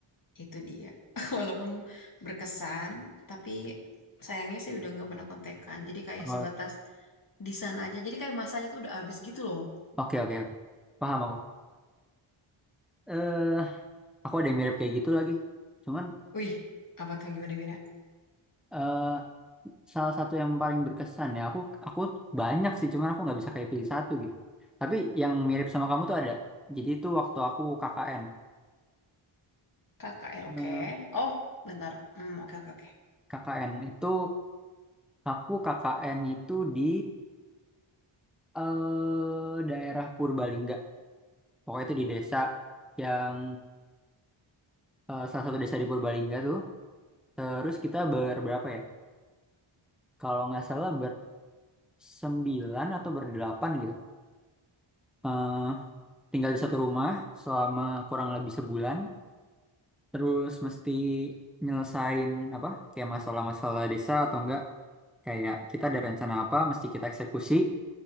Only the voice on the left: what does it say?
Itu dia. <laughs> Walaupun berkesan, tapi sayangnya sih udah nggak pernah kontekan. Jadi kayak
sebatas desain aja. Jadi kayak masanya tuh udah habis gitu loh.
Wih, apa tuh gimana gimana?
KKN
oke. Oh, bentar. Hmm, oke oke oke.